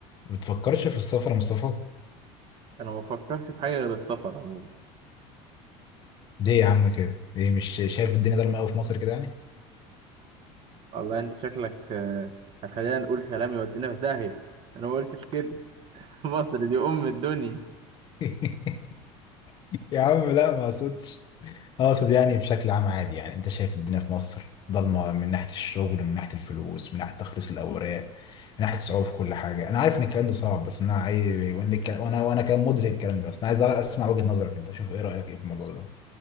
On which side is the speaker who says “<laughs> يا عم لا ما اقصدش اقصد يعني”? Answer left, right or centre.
Left